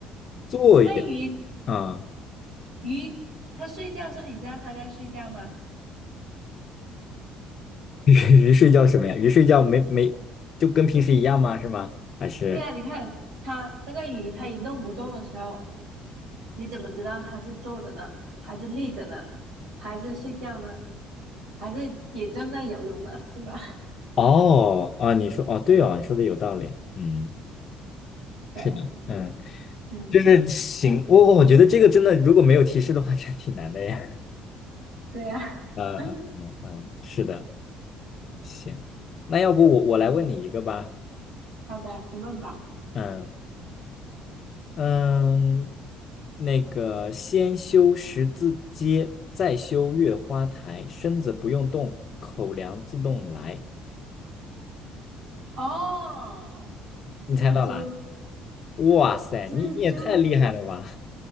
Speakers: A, on the left; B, on the right.
A: 作业
B: 因为鱼
A: 啊，
B: 鱼它睡觉的时候，你知道它在睡觉吗？
A: 鱼鱼睡觉什么呀？鱼睡觉没没就跟平时一样吗？是吗？还是
B: 对呀，你看它那个鱼，它一动不动的时候，你怎么知道它是坐着呢，还是立着呢，还是睡觉呢，还是也正在游泳呢，是吧？
A: 哦啊？你说哦，对哦，你说的有道理，嗯，
B: <laughs> 对，
A: 是的，嗯，
B: 嗯，
A: 就是行，我、我觉得这个真的如果没有提示的话，<laughs> 真挺难的耶。
B: 对啊。
A: 嗯嗯嗯嗯，
B: <laughs>
A: 是的，行，那要不我我来问你一个吧，
B: 好的，你问吧。
A: 嗯。嗯，那个先修十字街，再修月花台，身子不用动，口粮自动来。
B: 哦，蜘蛛，
A: 你猜到啦？哇塞，
B: 蜘蛛，
A: 你你也太厉害了吧！